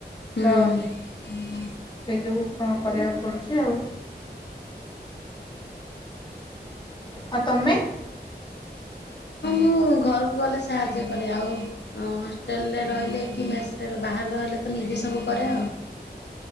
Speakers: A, on the left; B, on the left.
A: ହୁଁ।
B: ତ ସେଇ ଯୋଗୁ କଣ କରିବାକୁ ପଡ଼ୁଛି ଆଉ। ହଁ ତମେ?
A: ହଁ ଘରକୁ ଗଲେ ସାହାଯ୍ୟ କରେ ଆଉ ଓ ହଷ୍ଟେଲରେ ରହିଲେ କି ମେସରେ ବାହାରେ ରହିଲେ ତ ନିଜେ ସବୁ କରେ ଆଉ।